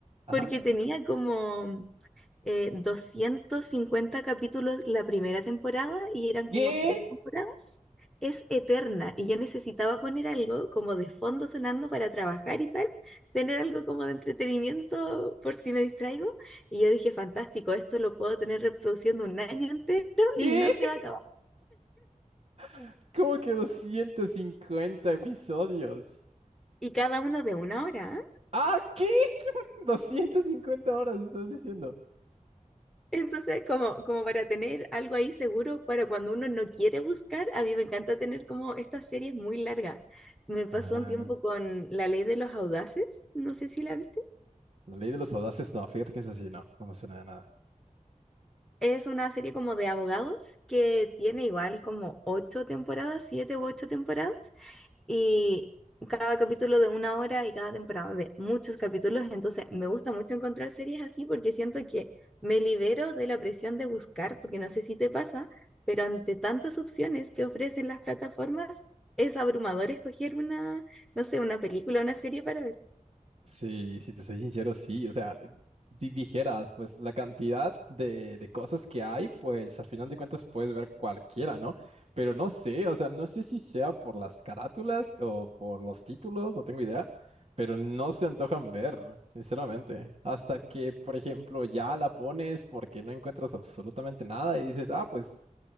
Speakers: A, on the right; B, in the centre.
A: Ajá.
B: porque tenía como eh, 250 capítulos la primera temporada y eran
A: ¿Qué?
B: como tres temporadas. Es eterna y yo necesitaba poner algo como de fondo sonando para trabajar y tal, tener algo como de entretenimiento por si me distraigo. Y yo dije, fantástico, esto lo puedo tener reproduciendo un año entero
A: ¿Qué?
B: y no se va a acabar.
A: <laughs> ¿Cómo que 250 episodios?
B: Y cada uno de una hora,
A: ¡Ah, qué! <laughs> doscientas cincuenta horas, estás diciendo.
B: Entonces, como, como para tener algo ahí seguro para cuando uno no quiere buscar, a mí me encanta tener como estas series muy largas. Me pasó
A: Ajá.
B: un tiempo con La Ley de los Audaces, no sé si la viste.
A: La ley de los audaces, no, fíjate que es así, no, no me suena de nada.
B: Es una serie como de abogados que tiene igual como ocho temporadas, siete u ocho temporadas, y cada capítulo de una hora y cada temporada de muchos capítulos, entonces me gusta mucho encontrar series así porque siento que me libero de la presión de buscar, porque no sé si te pasa, pero ante tantas opciones que ofrecen las plataformas, es abrumador escoger una, no sé, una película, una serie para ver.
A: Sí, si te soy sincero, sí. O sea, di- dijeras, pues la cantidad de, de cosas que hay, pues al final de cuentas puedes ver cualquiera, ¿no? Pero no sé, o sea, no sé si sea por las carátulas o por los títulos, no tengo idea, pero no se antojan ver, sinceramente. Hasta que, por ejemplo, ya la pones porque no encuentras absolutamente nada y dices, ah, pues